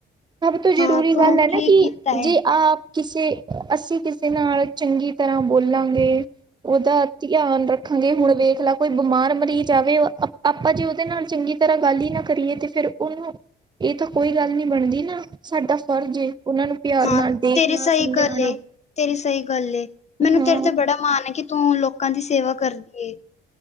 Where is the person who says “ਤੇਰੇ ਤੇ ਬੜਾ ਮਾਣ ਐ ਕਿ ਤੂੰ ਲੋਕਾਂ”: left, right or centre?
Left